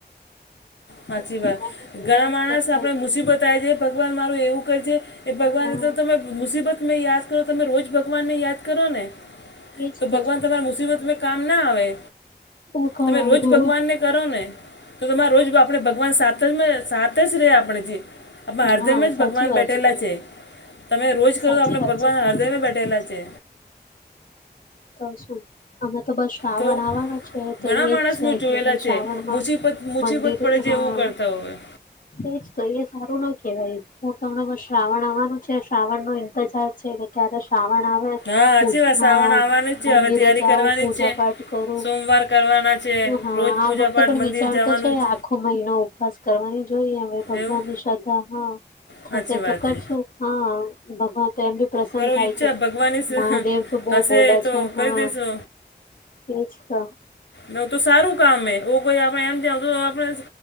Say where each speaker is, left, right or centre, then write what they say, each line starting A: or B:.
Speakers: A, on the left; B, on the left.
A: સાચી
B: ભગવાન
A: વાત
B: નો ધન્યવાદ
A: ઘણા માણસ
B: કરવો
A: આપણે
B: જોએ.
A: મુસીબત આવી જાય ભગવાન મારું એવું કર છે. કે ભગવાનને
B: હા
A: તો તમે. મુસીબત મેં યાદ કરો. તમે રોજ ભગવાનને યાદ કરો ને.
B: એજ
A: તો ભગવાન
B: છે
A: તમારી મુસીબત મેં. કામ ના આવે
B: કબ
A: તમે
B: આવ
A: રોજ ભગવાનને કરો ને તો તમારે રોજ બા ભગવાન સાત જ સાત જ રહે આપણે જે આપણા
B: હા
A: હદયમ જ
B: સાચી
A: ભગવાન
B: વાત
A: બેઠેલા
B: તમારી
A: છે. તમે રોજ કરો
B: સાચી
A: તો આપણે
B: વાત
A: ભગવાન
B: છે તમારી
A: હરદયમે બેઠેલા છે.
B: તો શું? અમે તો બસ શ્રાવણ
A: તો
B: આવવાના છે. તો
A: ઘણા
B: એજ
A: માણસ
B: છે
A: મેં જોયેલા
B: કે ભ શ્રાવણમાં.
A: છે મુસીબત મુસીબત
B: મંદિર
A: પડે છે
B: માં.
A: એવું કરતા હોય
B: એજ તો એ સારું ના કેવાય. હું તમને બ શ્રાવણ આવવાનું છે. શ્રાવણ નો ઇંતજાર છે. ક્યારે શ્રાવણ આવે.
A: હા સાચી
B: પૂજા
A: વાત શ્રાવણ આવવાનું જ છે,
B: મંદિરે
A: હવે તૈયારી
B: જાઉં
A: કરવાની
B: પૂજા
A: જ છે,
B: પાઠ કરું
A: સોમવાર કરવાના છે
B: હા
A: રોજ
B: આ
A: પૂજાપાઠ
B: વખતે પણ
A: મંદિર
B: વિચારતો
A: જવાનું
B: છે,
A: જ
B: આખો મહિનો ઉપવાસ કરવાનો જોઈએ હવે ભગવાન
A: એવું
B: ની શ્રદ્ધા હા થશે
A: સાચી
B: તો
A: વાત
B: કરશું
A: છે
B: હા ભગવાન તો એમ બી પ્રસન્ન
A: કરો
B: થાય
A: ઈચ્છા
B: છે,
A: ભગવાનની
B: મહાદેવ તો બો
A: હશે
B: ભોલે
A: તો
B: છે, હા
A: કરી દેશો
B: એ જ ત
A: નો તો સારું કામ હે ઓ કોઈ આપણે એમ ત તો આપણે